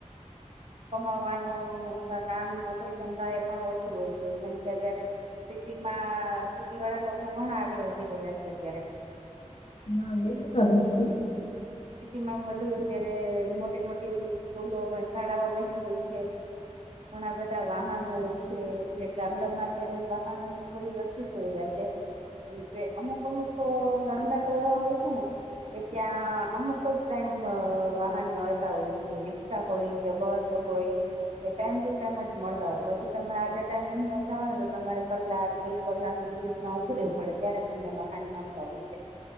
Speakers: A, on the right; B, on the left.
A: કમાવાનું અથવા કામ નોકરી ધંધા એ પણ ઓછું હોય છે કેમ કે અત્યારે સિટીમાં સિટી વાળા લોકો ઘણા આગળ વધી રહ્યા છે અત્યારે
B: હા એ પણ આવે છે
A: સ્થિતટી માં બધું અત્યારે મોટી મોટી સ્કૂલો શાળાઓ બની ગય છે. ઘણા બધા વાહનો હોય છે. ગામડા માં અત્યારે વાહનોની થોડી ઓછી સુવિધા છે. એમ જે અમુક અમુક ગામડા તો એવા હોય છે ને કે ત્યાં અમુક જ તેમ વાહન મળતા હોય છે રિક્ષા હોય કે બસ હોય એ ટાઈમ ટુ ટાઈમ જ મળતા હોય પછી તમે આજે ટાઈમે ન જાવ ને તો તમારે કલાક બે કલાક એવી રીતે ત્યાં ઉભું રહેવું પડે ત્યારે તમને વાહન મળતા હોય